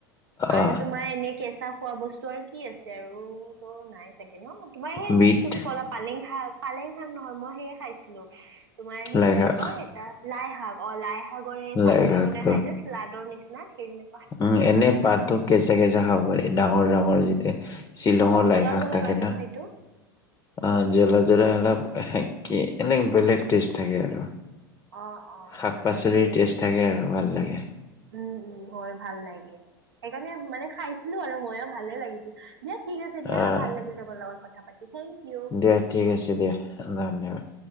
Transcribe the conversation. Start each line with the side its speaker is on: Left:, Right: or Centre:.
Right: আৰু
Left: অ',
Right: তোমাৰ এনেই কেঁচা খোৱা বস্তু ত, আৰু কি আছে, আৰু ত নাই চাগে ন, তোমাৰ সেই
Left: বিট
Right: যে তুমি ক'লা পালেং শাক, পালেং শাক নহয় মই, সেই খাইছিলো তোমাৰ সেই
Left: লাই
Right: কি
Left: শাক
Right: কয়, এটা লাই শাক। অ, লাই শাকৰ এই, চাটনি
Left: লাই শাকটো
Right: বনাই খাই যে, চালাদৰ নিচিনা সেইদিনা
Left: উম, এনেই পাততো ছিগে, <inaudible> খাব পাৰি, ডাঙৰ- ডাঙৰ যেতিয়া। শ্বিলঙৰ
Right: অলপ জ্বলা
Left: লাই, শাক
Right: জ্বলা
Left: তা-কেইটা।
Right: লাগে ন সেইটো
Left: অ, জেলা জলা অলপ, কি এনে বেলেগ টেষ্ট থাকে আৰু।
Right: অ, অ,
Left: শাক
Right: হয়
Left: পাচলিৰ
Right: বেলেগ টেষ্ট থাকে।
Left: আৰু ভাল লাগে
Right: উম, উম, হয় ভাল লাগে, সেইকাৰণে মানে খাই কিনো আৰু ময়ো ভালে লাগিছিল, দিয়া ঠিক আছে, দিয়া
Left: আহ
Right: ভাল লাগিল, তোমাৰ লগত কথা পাতি, থেংক ইউ।
Left: দিয়া ঠিক আছে দিয়া, ধন্যবাদ।